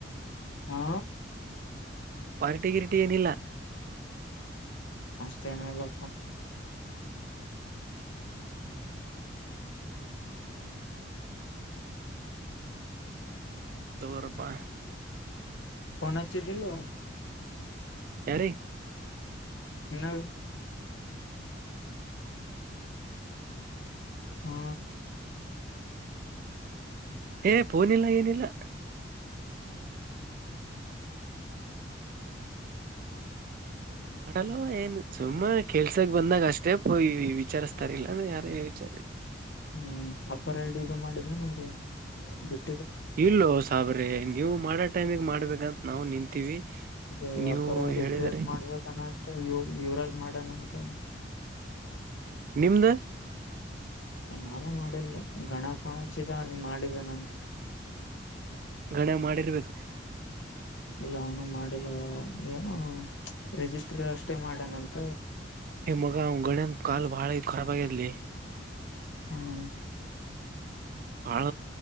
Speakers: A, on the left; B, on the right.
A: ಹಾ.
B: ಪಾರ್ಟಿ ಗಿರ್ಟಿ ಏನಿಲ್ಲ.
A: ಅಷ್ಟೇನ ಇಲ್ಲಪ್ಪ.
B: ಹೌದಾ ಆಯ್ತ ಆಯ್ತ ತೊಗೊರ ಬಾ.
A: ಫೋನ್ ಹಚ್ಚಿದ್ದಿಲ್ಲ
B: ಯಾರ
A: ಹ ಹ್ಮ
B: ಏ ಫೋನಿಲ್ಲ ಏನಿಲ್ಲ ಮಾಡಲ್ಲವ ಏನು ಸುಮ್ಮ ಕೆಲ್ಸಕ್ ಬಂದಾಗ ಅಷ್ಟೇ ಪಯ ವಿಚಾರಸ್ತಾರಲ್ಲ ಯಾರ ವಿಚಾರ
A: ಹ್ಮ್ ಅಪಡ್ ಇದು ಮಾಡಿದ ನದು ಬಿಟ್ಟ
B: ಇಲ್ಲ ಸಾಬ್ರಿ ನೀವು ಮಾಡೋ ಟೈಮಿಗೆ ಮಾಡ್ಬೇಕಂತ ನಾವು ನಿಂತೀವಿ
A: ಅದೇ
B: ನೀವು
A: ಅಪ್ಪರ್ ಐಡಿ
B: ಹೇಳಿದ್ರೀ
A: ಕ್ರಿಯೇಟ್ ಮಾಡ್ಬೇಕನ್ನತ್ತ ಯುವ ಯುವರಾಜ್ ಮಾಡನಂತ
B: ನಿಮ್ದ
A: ನಾನು ಮಾಡಿಲ್ಲ ಗಣಪನ ಹಚ್ಚಿದ ನೀನ್ ಮಾಡಿದ್ದೇನಂತ
B: ಗಣ ಮಾಡಿರ್ಬೇಕು
A: ಇಲ್ಲ ಅವನು ಮಾಡಿಲ್ಲ ಏನು ರಿಜಿಸ್ಟ್ರಿ ಅಷ್ಟೇ ಮಾಡಣಂತ
B: ಈ ಮಗ ಅವ್ ಗಣ್ಯನ್ ಕಾಲ್ ಬಾಳ ಖರಾಬಾಗದ್ಲಿ
A: ಹ್ಮ್
B: ಬಾಳ